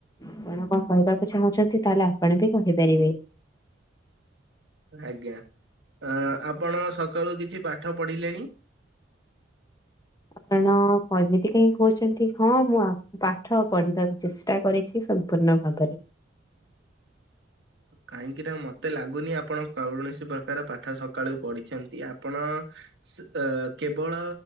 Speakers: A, on the left (about 20°); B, on the right (about 60°).
A: ଆପଣ କଣ କହିବାକୁ ଚାହୁଁଛନ୍ତି ତାହେଲେ ଆପଣ ବି କହିପାରିବେ।
B: ଆଜ୍ଞା ଆଁ ଆପଣ ସକାଳୁ କିଛି ପାଠ ପଢିଲେଣି।
A: ଆପଣ କଯେଟି କାହିଁ କହୁଛନ୍ତି ହଁ ମୁଁ ଆ ପାଠ ପଢିବାକୁ ଚେଷ୍ଟା କରିଛି ସମ୍ପୂର୍ଣ୍ଣ ଭାବରେ।
B: କାହିଁକି ନା ମତେ ଲାଗୁନି ଆପଣ କୌଣସି ପ୍ରକାର ପାଠ ସକାଳୁ ପଢିଛନ୍ତି ଆପଣ। ସେ ଏ କେବଳ।